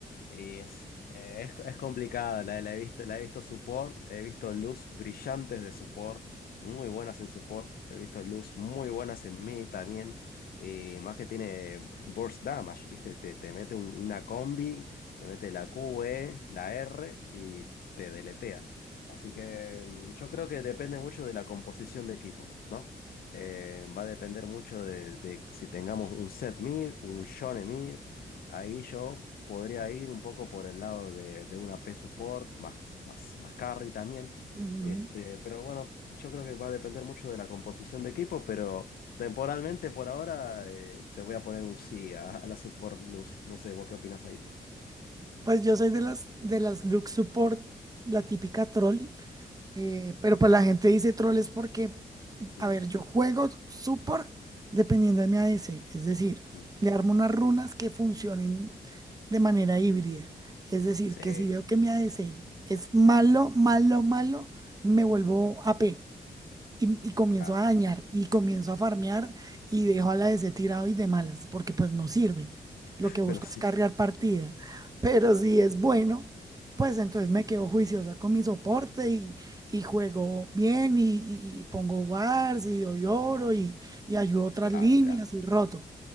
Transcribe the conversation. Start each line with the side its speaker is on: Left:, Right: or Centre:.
Left: y es, eh, es, es complicada, la, la he visto, la he visto support, he visto luz brillantes de support, muy buenas en support, he visto luz muy buenas en mid también, y más que tiene burst damage, ¿viste? Te, te mete un- una combi, te mete la QE, la R y te deletea. Así que mm, yo creo que depende mucho de la composición de equipo, ¿no? Eh, va a depender mucho de, de si tengamos un set mid, un Shone mid. Ahí yo podría ir un poco por el lado de, de una P support, más, más, más carry también.
Right: <laughs>
Left: Este, pero bueno, yo creo que va a depender mucho de la composición de equipo, pero temporalmente por ahora eh, te voy a poner un sí a, a la support luz. No sé, ¿vos qué opinas ahí?
Right: Pues yo soy de las de las look support, la típica troll, eh, pero pues la gente dice troll es porque,
Left: No.
Right: a ver, yo juego support dependiendo de mi ADC, es decir,
Left: Mm.
Right: le armo unas runas que funcionen de manera híbrida, es decir,
Left: Sí,
Right: que si veo que mi ADC es malo, malo, malo, me vuelvo AP, y, y comienzo
Left: claro.
Right: a dañar y comienzo a farmear y dejo a la DC tirado y de malas, porque pues no sirve. Lo
Left: <laughs>
Right: que busco
Left: Bueno, sí,
Right: es carrear partida. Pero si es bueno, pues entonces me quedo juiciosa con mi soporte y, y juego bien y, y- y pongo wars y doy oro y, y ayudo otras
Left: claro,
Right: líneas
Left: claro.
Right: y roto.